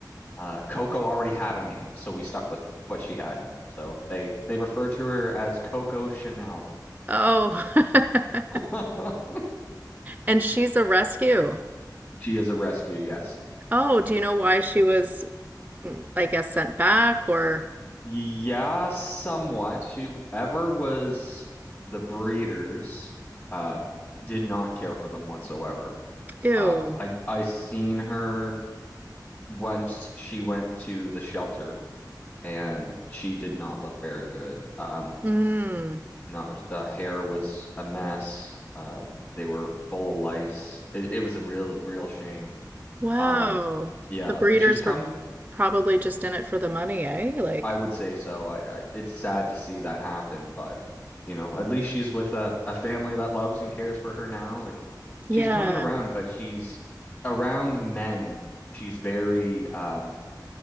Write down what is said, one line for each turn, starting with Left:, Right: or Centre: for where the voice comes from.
Left: Uh, Coco already had a name, so we stuck with what she had. So they they refer to her as Coco Chanel.
Right: Oh. <laughs>
Left: <laughs>
Right: And she's a rescue.
Left: She is a rescue, yes.
Right: Oh, do you know why she was, mm, I guess, sent back or
Left: Yeah, somewhat. Whoever was the breeders uh, did not care for them whatsoever.
Right: ew.
Left: Um, I I seen her once she went to the shelter and she did not look very good. Um,
Right: Mm.
Left: no, the hair was a mess. Uh, they were full of lice. It, it was a real, real shame.
Right: Wow.
Left: Um, yeah,
Right: The breeders
Left: but she's come.
Right: were probably just in it for the money, eh? Like,
Left: I would say so. I, I it's sad to see that happen, but you know, at least she's with a, a family that loves and cares for her now, and
Right: yeah.
Left: she's coming around, but she's around men. She's very um